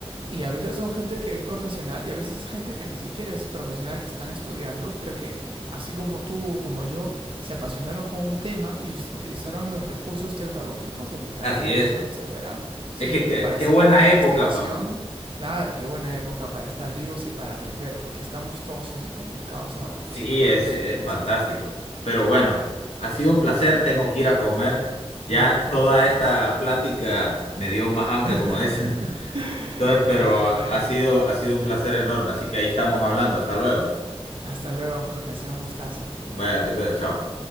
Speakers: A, on the right; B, on the left.
A: y a veces son gente que es profesional y a veces es gente que ni siquiera es profesional, que están estudiando, pero que así como tú o como yo, se apasionaron con un tema y utilizaron los recursos tecnológicos del Internet,
B: Así es.
A: ¿no? Etcétera. Sí,
B: Es que que-
A: para
B: qué,
A: hacer
B: buena
A: una investigación.
B: época, pa.
A: Claro, qué buena época para estar vivos y para aprender, porque estamos todos intercomunicados ahora
B: Sí,
A: y podemos...
B: es, es
A: sí,
B: fantástico.
A: sí, sí.
B: Pero bueno, ha sido un placer, tengo que ir a comer. Ya
A: Dale, Jorge.
B: toda esta plática me dio más hambre,
A: <laughs>
B: como dicen. <laughs> Entonces,
A: ya,
B: pero
A: está
B: ha
A: bien.
B: sido, ha sido un placer enorme. Así que ahí estamos hablando. Hasta luego.
A: Hasta luego, Jorge. Ha sido un gustazo.
B: Vaya, te cuida, chao.